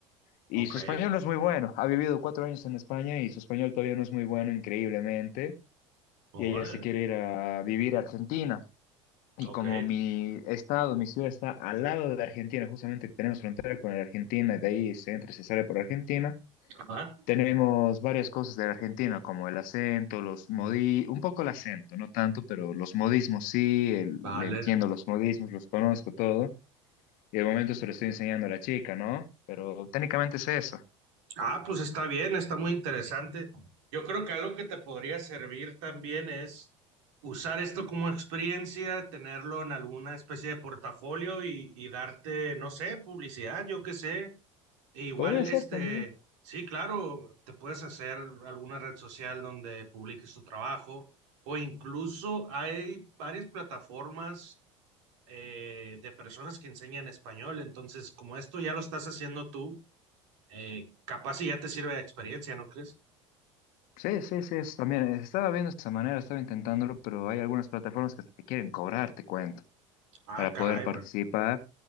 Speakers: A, on the left; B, on the right.
A: y
B: ok,
A: su español no es muy bueno. Ha vivido cuatro años en España y su español todavía no es muy bueno, increíblemente.
B: órale,
A: Y ella se quiere ir a vivir a Argentina. Y
B: ok,
A: como mi estado, mi ciudad está al lado de Argentina, justamente tenemos frontera con la Argentina, y de ahí se entra y se sale por Argentina,
B: ah,
A: tenemos varias cosas de la Argentina, como el acento, los modi, un poco el acento, no tanto, pero los modismos sí, el-
B: vale.
A: le entiendo los modismos, los conozco todo. Y de momento se lo estoy enseñando a la chica, ¿no? Pero técnicamente es eso.
B: Ah, pues está bien, está muy interesante. Yo creo que algo que te podría servir también es usar esto como experiencia, tenerlo en alguna especie de portafolio y, y darte, no sé, publicidad, yo qué sé E igual,
A: Podría
B: este,
A: ser también.
B: sí, claro, te puedes hacer alguna red social donde publiques tu trabajo o incluso hay varias plataformas eh, de personas que enseñan español. Entonces, como esto ya lo estás haciendo tú, eh, capaz y ya te sirve de experiencia, ¿no crees?
A: Sí, sí, sí, es también. eh, Estaba viendo esa manera, estaba intentándolo, pero hay algunas plataformas que hasta te quieren cobrar, te cuento,
B: Ah,
A: para
B: caray,
A: poder participar.
B: güey.